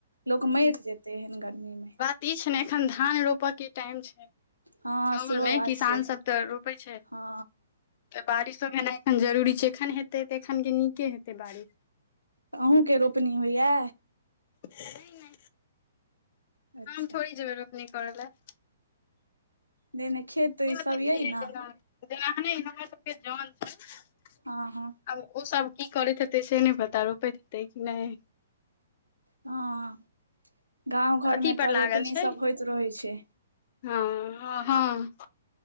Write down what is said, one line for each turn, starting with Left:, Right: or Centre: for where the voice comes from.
Right: लोक मरि जेते है गर्मी म
Left: किछु नहि एखन धान रोपय के टाइम छै।
Right: हँ
Left: गाव
Right: सेहो
Left: घरमे
Right: बात
Left: किसानसभ
Right: छै
Left: तऽ रोपै छै
Right: हँ
Left: तऽ बारिशो भेनाइ एखन जरूरी छै एखन हेते तऽ एखन नीके हेतै बारिश
Right: अहुँके रोपनी होइया
Left: नहि
Right: अच्छा
Left: काम थोड़ी जेबै अपनी करै लए।
Right: देने खेत
Left: नहि
Right: ई
Left: मतलब
Right: सभ यइ
Left: जे
Right: ने
Left: जेना जेना अखने हमरा सभके जन छै।
Right: ह ह
Left: आब ओ सभ कि करैत हेतै से नहि पता रोपैत हेतै कि नहि
Right: हॅं हँ गाव घर
Left: अथी
Right: मे
Left: पर
Right: तऽ
Left: लागल
Right: रोपनी
Left: छै
Right: सभ होइत रहै छै
Left: हँ हँ